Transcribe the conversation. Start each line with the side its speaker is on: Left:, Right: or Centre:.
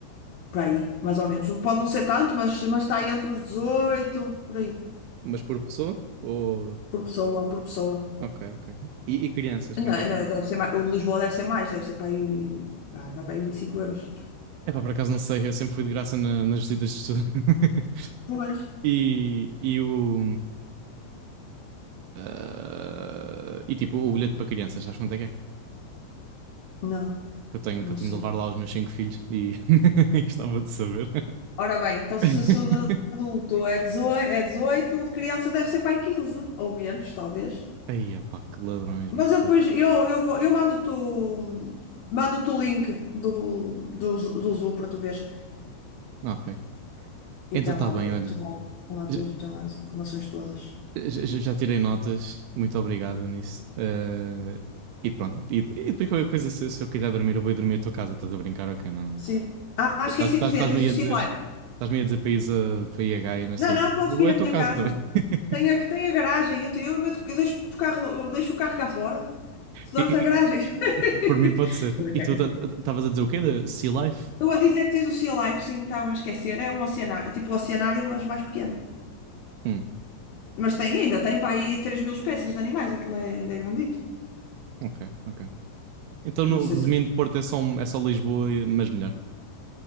Left: por aí, mais ou menos. Pode não ser tanto, mas, mas está aí entre os 18 por aí,
Right: Mas por pessoa? Ou...
Left: por pessoa, por pessoa.
Right: Ok, ok. E, e crianças, quanto
Left: Não,
Right: é que
Left: não,
Right: é?
Left: deve ser mais, o de Lisboa deve ser mais, deve ser para aí, ah, mas para aí 25 euros.
Right: Epá, por acaso não sei. Eu sempre fui de graça na- nas visitas de estudo. <laughs>
Left: Pois,
Right: E, e o. Ah, e tipo, o bilhete para crianças, sabes quanto é que é?
Left: não,
Right: Que eu tenho,
Left: não
Right: que eu tenho
Left: sei.
Right: de levar lá os meus cinco filhos e <laughs> e gostava de saber.
Left: Ora bem, então se,
Right: <laughs>
Left: se o de adulto é dezoito é dezoito o de criança deve ser para aí 15, ou menos, talvez.
Right: Aí, opá, que ladrões,
Left: Mas
Right: meu fogo.
Left: eu depois, eu, eu vou, eu mando-te o- mando-te o link do, do, do Zoo para tu veres.
Right: Ok.
Left: E
Right: Então
Left: tem
Right: está
Left: lá,
Right: bem,
Left: o,
Right: olha.
Left: tem lá, o- tem lá tudo,
Right: J-
Left: tem lá as informações todas.
Right: j- Já, tirei notas. Muito obrigado nisso. Eh, e pronto. E, e depois qualquer coisa, se, se eu quiser dormir, eu vou ir dormir à tua casa. Estás a brincar? Ok, não.
Left: Sim. Ah, ah,
Right: Estás-
Left: esqueci-me
Right: estás-
Left: de dizer,
Right: Estás-me
Left: tens
Right: aí
Left: o Sea
Right: a dizer.
Left: Life.
Right: Estás-me aí a dizer país a, para ir a Gaia, não sei
Left: Não, não,
Right: o quê.
Left: podes
Right: Ou
Left: vir
Right: é
Left: à
Right: tua
Left: minha
Right: casa
Left: casa.
Right: também. <laughs>
Left: Tem a, tem a garagem, eu, te- eu, meto- eu deixo o carro, eu deixo o carro cá fora. Tu dormes
Right: E,
Left: na garagem. <laughs>
Right: Por mim pode ser.
Left: Estou a brincar
Right: E tu
Left: contigo.
Right: estavas a dizer o quê? De Sea Life?
Left: Estou a dizer que tens o Sea Life, sim, estava-me a esquecer. É um oceanário, tipo um oceanário, mas mais pequeno.
Right: Hum,
Left: Mas tem ainda, tem para aí três mil espécies de animais, aquilo é, ainda é grandito.
Right: ok, ok. Então, no,
Left: Não sei
Right: resumindo,
Left: se.
Right: Porto é só, um- é só Lisboa, e- mas melhor.